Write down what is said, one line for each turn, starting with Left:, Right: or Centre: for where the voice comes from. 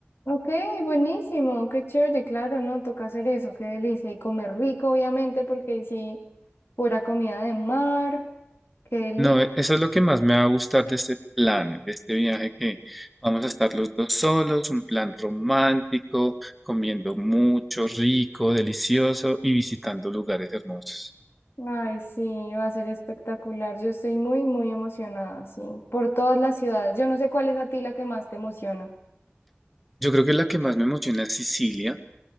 Left: Ok, buenísimo, qué chévere, claro, no, toca hacer eso, qué delicia. Y comer rico, obviamente, porque ahí sí, pura comida de mar, qué delicia.
Centre: No, e- eso es lo que más me va a gustar de este plan, de este viaje que vamos a estar los dos solos, un plan romántico, comiendo mucho, rico, delicioso y visitando lugares hermosos.
Left: Ay, sí, va a ser espectacular. Yo estoy muy, muy emocionada, sí, por todas las ciudades. Yo no sé cuál es a ti la que más te emociona.
Centre: Yo creo que la que más me emociona es Sicilia.